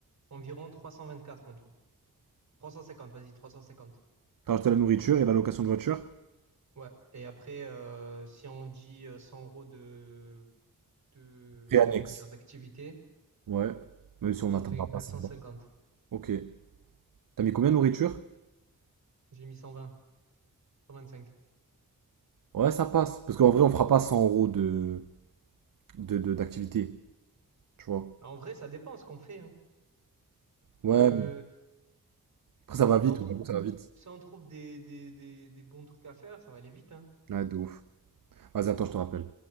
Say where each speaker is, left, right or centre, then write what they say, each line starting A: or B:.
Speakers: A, on the right; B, on the right.
A: environ 324 en tout. 350, vas-y, 350.
B: T'as rajouté la nourriture et la location de voiture?
A: Ouais. Et après, euh, si on dit euh, 100 euros de, de,
B: Prix annexe.
A: comment dire, d'activité,
B: Ouais. Même si on n'atteindra
A: ça fait quatre
B: pas ça.
A: cent cinquante
B: Ok. T'as mis combien de nourriture?
A: J'ai mis cent cent vingt vingt cinq
B: Ouais, ça passe. Parce qu'en vrai, on fera pas 100 euros de, de, de- d'activité. Tu vois?
A: En vrai, ça dépend ce qu'on fait, hein.
B: Ouais.
A: Parce que
B: Après, ça va vite.
A: si on trouve,
B: J'avoue que ça va vite.
A: si on trouve des, des, des, des bons trucs à faire, ça va aller vite, hein.
B: Ouais, de ouf. Vas-y, attends, je te rappelle.